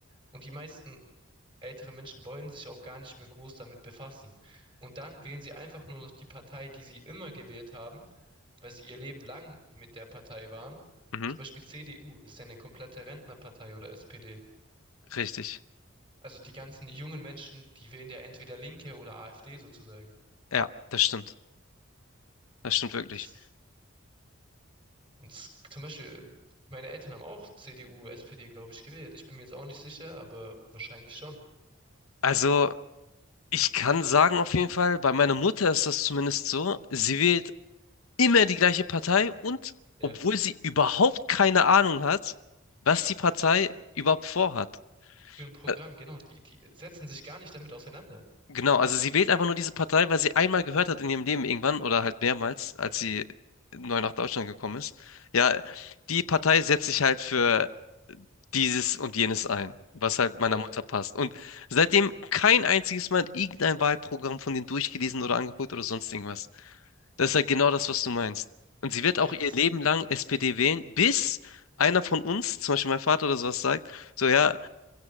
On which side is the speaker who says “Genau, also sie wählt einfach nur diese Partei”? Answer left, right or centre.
Left